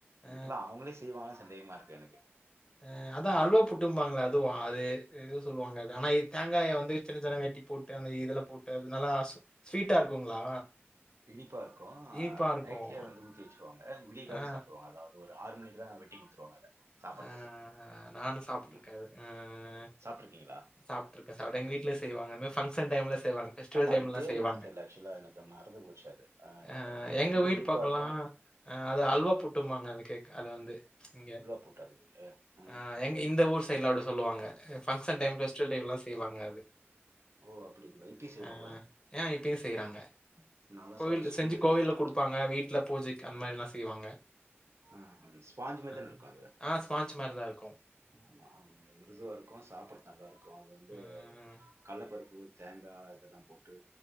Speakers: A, on the left; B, on the right.
A: அ,
B: இடல்லாம் அவங்களே செய்வாங்க சந்தேகமா இருக்கு எனக்கு
A: அஹ் அதான் அல்வா புட்டுபாங்களே அதுவும் அது எதுவும் சொல்லுவாங்க ஆனா தேங்காய வந்து சின்ன சின்ன வெட்டி போட்டு அந்த இதுல போட்டு அது நல்லா ஸ்வீட்டா இருக்குங்களா
B: இனிப்பா இருக்கும்ஹ்
A: இனிப்பா இருக்கும்.
B: நைட்லயே வந்து ஊத்தி வச்சு ங்க விடிய காலைல
A: ஆ,
B: சாப்பிடுவாங்க அதாவது ஒரு ஆறு மணிக்குல்லா வெட்டி கொடுத்துவாங்க அதை சாப்பிட்றதுக்கு
A: ஆஹ் நானும் சாப்பட்டுருக்கே
B: ஆமா
A: உஹ்
B: சாப்பிட்ருக்கீங்களா
A: சாப்பிட்டுருக்க சாப்ட எங்க வீட் வீட்லயே செய்வாங்க ஃபங்சன் டைம்ல செய்வாங்க பெஸ்டிவல்
B: ஆமா
A: டைம்
B: அது
A: ல
B: பேர்
A: செய்வாங்க
B: என்னன்னு தெரியல ஆக்சுவலா எனக்கு மறந்து போச்சு அது ஆஹ்
A: அஹ் எங்க
B: ரொம்ப
A: வீடு
B: இனிப்பா
A: பக்கலாம்
B: இருக்கும்
A: அத அல்வா
B: ம்.
A: புட்டும்பாங்க அது வந்து இங்க
B: போட்டாது உம்ம்
A: ஆ எங்க இந்த ஊர் சைட்லாம் அப்டி சொல்லுவாங்க ஃபங்சன் டைம் பெஸ்டிவல் டைம் செய்வாங்க
B: ஓ அப்படிங்களா இப்பி செய்வாங்களா
A: அது செய்றாங்க
B: நானும்
A: கோவில்
B: சாப்பிட்டு ஸ்கூல்
A: செஞ்சு
B: டேஸ்ல
A: கோவில்ல
B: சாப்பிட்டது
A: குடுப்பாங்க வீட்டு வீட்ல பூஜைக்கு அந்த மாதிரிலாம் செய்வாங்க
B: ஆஹ் ஸ்பாஞ்ச் மாரி
A: அந்
B: தான இருக்கும் அது
A: ஸ்பாஞ்ச் மாரிதான் இருக்கும்
B: ஆமா மிருதுவா இருக்கும் சாப்டுற நல்லா இருக்கும் அது வந்து
A: அ ம்.
B: கள்ளப்பருப்பு தேங்கா இதெல்லாம் போட்டு